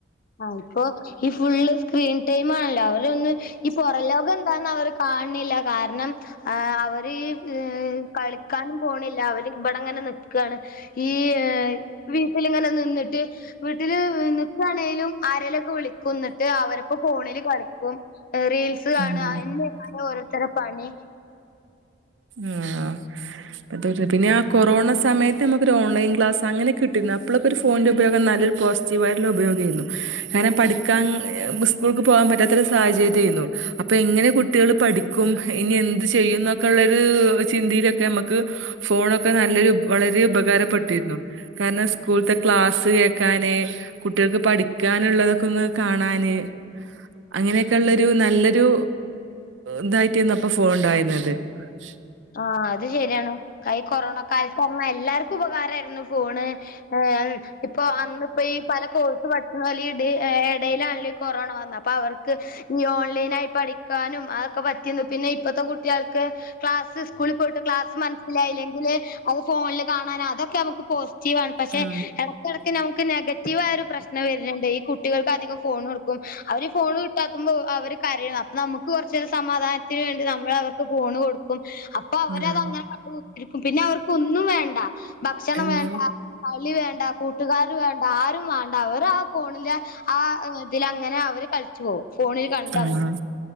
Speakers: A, on the left; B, on the right.
A: ആ ഇപ്പൊ ഈ ഫുള്ള് സ്ക്രീൻ ടൈം ആണല്ലോ അവരൊന്നും ഈ പുറലോകം എന്താന്ന് അവർ കാണണില്ല കാരണം ആ അവര് കളിക്കാനും പോണില്ല അവര് ഇവിടെങ്ങനെ നിക്കാണ് ഈ വീട്ടിലിങ്ങനെ നിന്നിട്ട് വീട്ടില് നിക്കാണേലും ആരേലൊക്കെ വിളിക്കും എന്നിട്ട് അവരപ്പം ഫോണില് കളിക്കും റീൽസ് കാണാ
B: ഉം
A: ഓരോത്തര പണി
B: ഉം ആ അതൊരു പിന്നെ ആ കൊറോണ സമയത്ത് നമുക്കൊരു ഓൺലൈൻ ക്ലാസ് അങ്ങനെ കിട്ടി അപ്പളേക്കും ഒരു ഫോണിന്റെ ഉപയോഗം നല്ലൊരു പോസിറ്റീവ് ആയ്ട്ടുള്ള ഉപയോഗം ആര്ന്നു അങ്ങനെ പഠിക്കാൻ ബുസ് സ്കൂൾക്ക് പോവാൻ പറ്റാത്തൊരു സാഹചര്യാരുന്നു അപ്പൊ എങ്ങനെ കുട്ടികൾ പഠിക്കും ഇനി എന്ത് ചെയ്യും എന്നൊക്കെ ഉള്ളൊരു <unintelligible> ചിന്തിയിലൊക്കെ നമുക്ക് ഫോണൊക്കെ നല്ലൊരു വളരെ ഉപകാരപ്പെട്ടിരുന്നു കാരണം സ്കൂൾ ത ക്ലാസ്സ് കേക്കാന് കുട്ടികൾക്ക് പഠിക്കാനുള്ളതൊക്കെ ഒന്ന് കാണാന് അങ്ങനെയൊക്കെ ഉള്ളൊരു നല്ലൊരു ഇതായിട്ട്ന്ന് അപ്പൊ ഫോൺ ഉണ്ടായിരുന്നത് <inaudible>
A: ആ അത് ശരിയാണ് കൈ കൊറോണ കാലത്ത് ന്ന എല്ലാർക്കും ഉപകാരിയിരുന്നു ഫോണ് ഏ ഇപ്പോ അന്നിപ്പം ഈ പല കോഴ്സ് പഠി <unintelligible> എം എടേലാണല്ലോ ഈ കൊറോണ വന്ന അപ്പം അവർക്ക് ഞോൾലൈനായി പഠിക്കാനും അതൊക്കെ പ പറ്റീന്നു പിന്നെ ഇപ്പത്തെ കുട്ടികൾക്ക് ക്ലാസ്സ് സ്കൂളി പോയിട്ട് ക്ലാസ് മനസ്സിലായില്ലെങ്കില് അത് ഫോൺല് കാണാനോ അതൊക്കെ നമുക്ക് പോസ് റ്റീവാണ് പക്ഷെ
B: ഉം
A: എടക്കെട ക്ക് നമുക്ക് നെഗറ്റീവായ ഒരു പ്രശ്നം വരുന്നുണ്ട് ഈ കുട്ടികൾക്ക് അധികം ഫോണ് കൊടുക്കും അവര് ഫോണ് കിട്ടാത്തുമ്പോ അപ്പം അവര് കരയ്ന്ന് അപ്പൊ നമുക്ക് കൊറച്ച് സമാധാനത്തിന് വേണ്ടി നമ്മൾ അവർക്ക് ഫോണ് കൊടു ക്കും അപ്പൊ അവര്
B: ഉം
A: അതങ്ങനെ <inaudible> പിന്നെ അവർക്ക് ഒന്നും വേണ്ട ഭക്ഷണം
B: എന്നും
A: വേണ്ടാ കളി വേണ്ട കൂട്ടുകാര് വേണ്ട ആരും വേണ്ട അവര് ആ ഫോണിന്റെ ആ ഇതിലങ്ങനെ അവര് ക <unintelligible> പോവും ഫോണിൽ കണ്ട്
B: ആഹ്
A: അങ്ങനെ